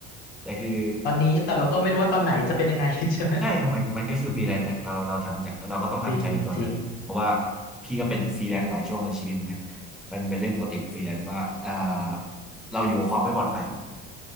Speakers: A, in the centre; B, on the left.
A: แต่คือ
B: ตอนนี้แต่เราก็ไม่รู้ว่าตอนไหนจะเป็นยังไง <laughs> ใช่ไหม
A: ใช่มันมันก็คือฟรีแลนซ์อะเราเราทำใจเราก็ต้องทำใจในส่วนนั้นเพราะว่า
B: จริงจริง
A: พี่ก็เป็นฟรีแลนซ์หลายช่วงในชีวิตเหมือนกัน
B: อืม
A: มันเป็นเรื่องปกติของฟรีแลนซ์ว่าอ่าเราอยู่กับความไม่ปลอดภัย